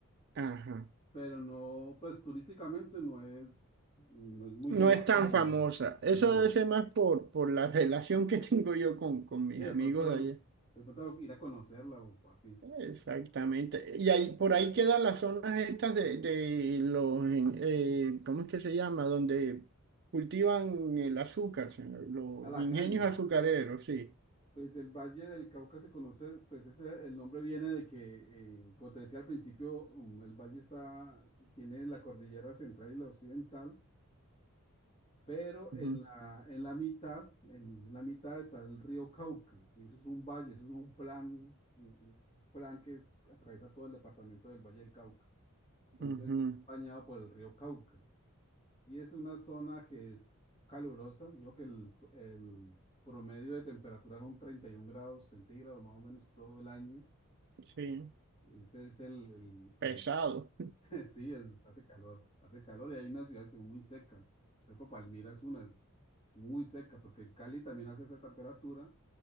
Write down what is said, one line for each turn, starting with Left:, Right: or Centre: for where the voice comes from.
Right: Ajá.
Left: pero no, pues turísticamente no es, no es muy
Right: No
Left: llamativa,
Right: es tan
Left: digamos.
Right: famosa. Eso
Left: No,
Right: debe
Left: no.
Right: ser más por, por la relación que <laughs> tengo yo con, con mis
Left: Sí, de
Right: amigos
Left: pronto,
Right: de allá.
Left: de pronto ir a conocerla o así.
Right: Exactamente. Y ahí, por ahí quedan las zonas estas de, de los, en- eh, ¿cómo es que se llama? Donde cultivan el azúcar, se- los
Left: A la
Right: ingenios
Left: caña.
Right: azucareros, sí.
Left: Pues el Valle del Cauca se conoce, pues ese, el nombre viene de que, eh, como te decía al principio, mm, el valle está, tiene la cordillera central y la occidental, pero en
Right: Ujú,
Left: la, en la mitad, en, en la mitad está el río Cauca. Y eso es un valle, eso es un plan, un un plan que atraviesa todo el departamento del Valle del Cauca. Entonces
Right: ujú,
Left: es bañado por el río Cauca. Y es una zona que es calurosa. Digo que el, el promedio de temperatura son 31 grados centígrados más o menos todo el año.
Right: sí,
Left: Ese es el, el,
Right: pesado.
Left: el- <laughs> sí, es, hace calor, hace calor y hay unas ciudades que son muy secas. Por ejemplo, Palmira es una, es muy seca, porque Cali también hace esa temperatura,